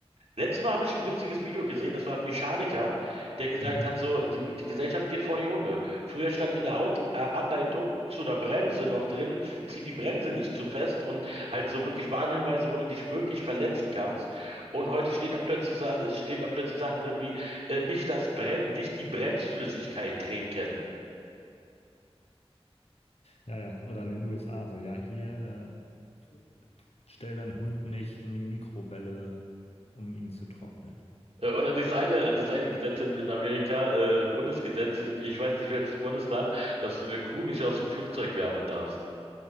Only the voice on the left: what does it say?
Mhm.
Ja, ja, oder in den USA so, ja, hier äh, stell deinen Hund nicht in die Mikrowelle, um ihn zu trocknen.